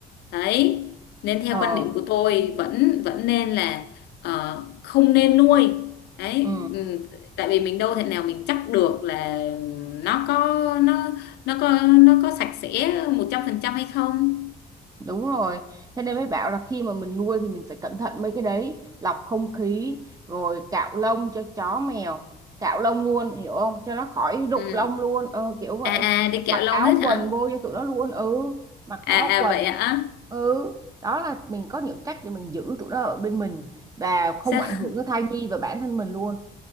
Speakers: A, on the left; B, on the right.
A: đấy nên
B: ờ
A: theo quan điểm của tôi vẫn vẫn nên là ờ, không nên nuôi đấy
B: ừ
A: ừ, tại vì mình đâu thể nào mình chắc được là nó có nó nó có nó có sạch sẽ một trăm phần trăm hay không
B: Đúng rồi. Thế nên mới bảo là khi mà mình nuôi thì mình phải cẩn thận mấy cái đấy, lọc không khí rồi cạo lông cho chó mèo, cạo lông luôn hiểu không? Cho nó khỏi rụng
A: ừ.
B: lông luôn, ờ, kiểu vậy.
A: à à đi kẹo
B: Mặc
A: lông
B: áo
A: hết
B: quần
A: hả
B: vô cho tụi nó luôn ừ, mặc
A: à
B: áo
A: à
B: quần.
A: vậy hả
B: Ừ, đó là mình có những cách để mình giữ tụi nó ở bên mình và không
A: sao
B: ảnh hưởng tới thai nhi và bản thân mình luôn